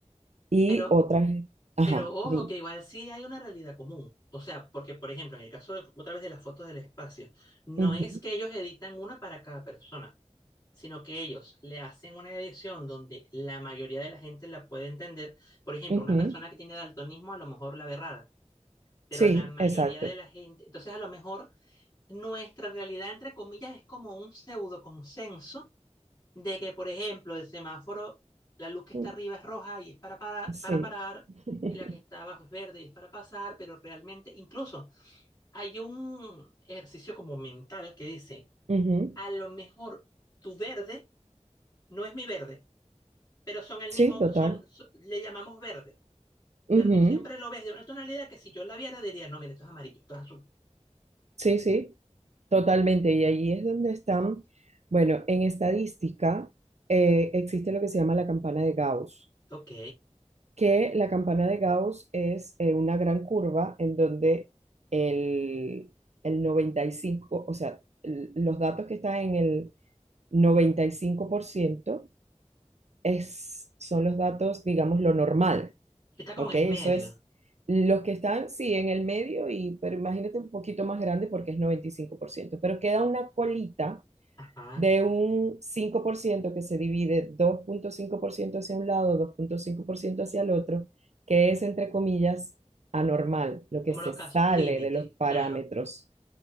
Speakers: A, on the right; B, on the left.
A: y
B: Pero
A: otras, ajá,
B: Pero ojo,
A: dime.
B: que igual sí hay una realidad común. O sea, porque, por ejemplo, en el caso de- otra vez de las fotos del espacio, no
A: Ujú,
B: es que ellos editan una para cada persona, sino que ellos le hacen una edición donde la mayoría de la gente la puede entender. Por ejemplo,
A: ujú.
B: una persona que tiene daltonismo a lo mejor la ve rara, pero
A: Sí,
B: la mayoría
A: exacto.
B: de la gente, entonces a lo mejor nuestra realidad, entre comillas, es como un pseudo consenso de que, por ejemplo, el semáforo, la luz que está
A: Mm,
B: arriba es roja y es para, para,
A: Sí.
B: para parar,
A: <laughs>
B: y la que está abajo es verde y es para pasar, pero realmente incluso hay un ejercicio como mental que dice,
A: Ujú.
B: a lo mejor tu verde no es mi verde, pero son el
A: Sí,
B: mismo,
A: total.
B: son, so- le llamamos verde,
A: Ujú,
B: pero tú siempre lo ves de una tonalidad que si yo la viera diría, no, mire, esto es amarillo, esto es azul.
A: Sí, sí, totalmente. Y allí es donde están, bueno, en estadística eh, existe lo que se llama la campana de Gauss,
B: Ok,
A: que la campana de Gauss es eh, una gran curva en donde el, el noventa y cinco o sea, el- los datos que están en el 95% es, son los datos, digamos, lo normal.
B: está como
A: Ok,
B: en el
A: eso
B: medio,
A: es. Los que están, sí, en el medio, y, pero imagínate un poquito más grande porque es 95%. pero queda una colita
B: ajá,
A: de un cinco por ciento que se divide dos punto 5% hacia un lado, dos punto cinco por ciento hacia el otro, que es, entre comillas, anormal, lo
B: como
A: que se
B: los casos
A: sale
B: límite,
A: de los parámetros
B: claro.